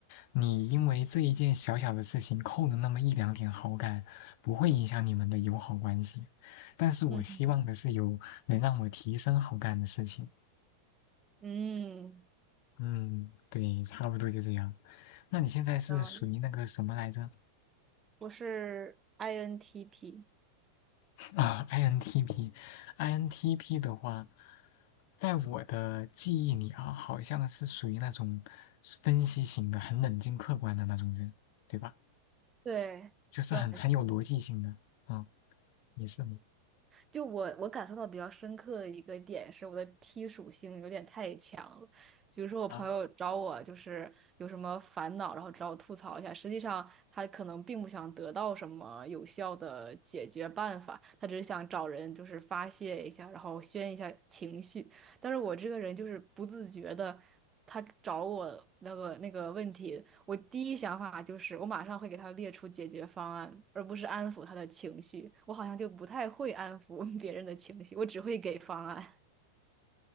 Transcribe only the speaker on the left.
你因为这一件小小的事情扣了那么一两点好感，不会影响你们的友好关系。但是我希望的是有能让我提升好感的事情。
嗯，对，差不多就这样。那你现在是属于那个什么来着？
啊，INTP，INTP 的话，在我的记忆里啊，好像是属于那种分析型的、很冷静客观的那种人，对吧？
就是很很有逻辑性的。
嗯，你是你
啊，